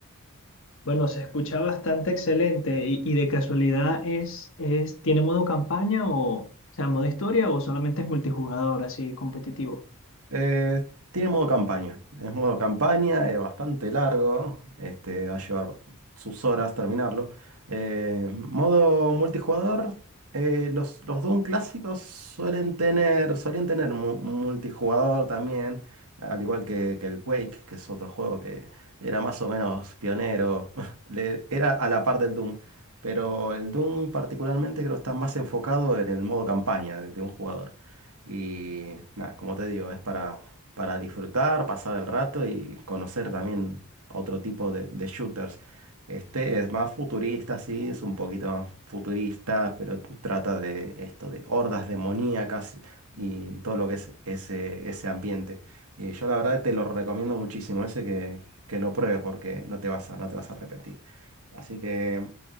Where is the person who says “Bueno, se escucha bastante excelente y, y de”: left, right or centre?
Left